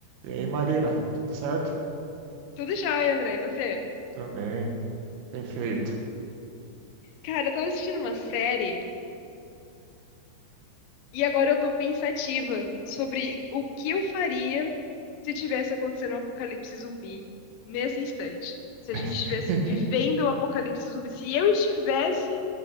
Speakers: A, on the right; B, on the left.
A: E aí, Marina, tudo certo?
B: Tudo jóia, André. E você?
A: Também, bem feito.
B: Cara, eu tava assistindo uma série e agora eu tô pensativa sobre o que eu faria se tivesse acontecendo um apocalipse zumbi nesse instante. Se
A: <laughs>
B: a gente estivesse vivendo um apocalipse zumbi, se eu estivesse